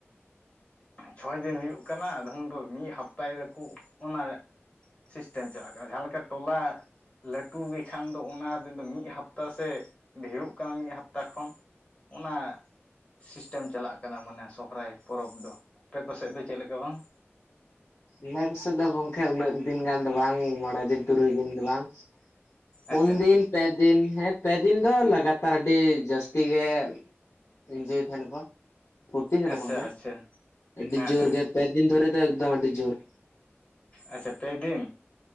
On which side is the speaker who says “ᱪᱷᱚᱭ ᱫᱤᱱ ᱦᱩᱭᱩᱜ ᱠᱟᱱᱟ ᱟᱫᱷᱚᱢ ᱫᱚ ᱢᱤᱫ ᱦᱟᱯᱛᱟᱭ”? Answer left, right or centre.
Left